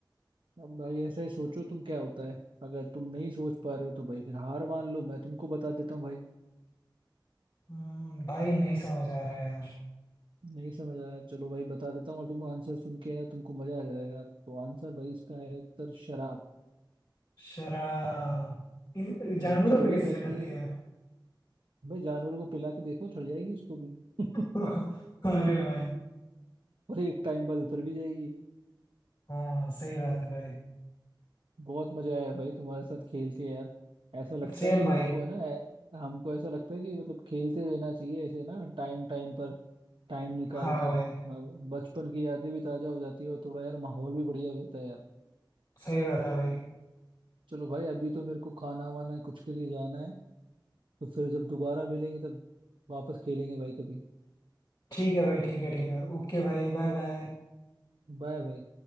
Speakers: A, on the right (about 85°); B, on the left (about 35°).
A: अब भाई ऐसा ही सोचो तुम क्या होता है अगर तुम नहीं सोच पा रहे हो तो भाई फिर हार मान लो मैं तुमको बता देता हूँ भाई
B: हम्म भाई नहीं समझ आ रहा है यार
A: नहीं समझ आ रहा चलो भाई बता देता हूँ और तुम आंसर सुन के ना तुमको मजा आ जाएगा तो आंसर भाई इसका है उत्तर शराब
B: शराब इन- जानवरों
A: भाई चढ़
B: पे
A: भी
B: कैसे
A: जाती
B: चढ़ती
A: है
B: है
A: भाई जानवरों को पिला के देखो चढ़ जाएगी उसको भी
B: <laughs>
A: <laughs>
B: अरे भाई
A: और एक टाइम बाद उतर भी जाएगी
B: हाँ सही बात है भाई
A: बहुत मजा आया भाई तुम्हारे साथ खेल के यार ऐसा लगता
B: सेम
A: है कि
B: भाई
A: हमको है ना ऐ- हमको ऐसा लगता है कि मतलब खेलते रहना चाहिए ऐसे ना टाइम टाइम पर टाइम निकाल
B: हाँ भाई
A: के अब बचपन की यादें भी ताजा हो जाती है और थोड़ा यार माहौल भी बढ़िया हो जाता है यार
B: सही बात है भाई
A: चलो भाई अभी तो मेरे को खाना वाना कुछ के लिए जाना है तो फिर जब दोबारा मिलेंगे तब वापस खेलेंगे भाई कभी
B: ठीक है भाई ठीक है ठीक है ओके भाई बाय बाय
A: बाय भाई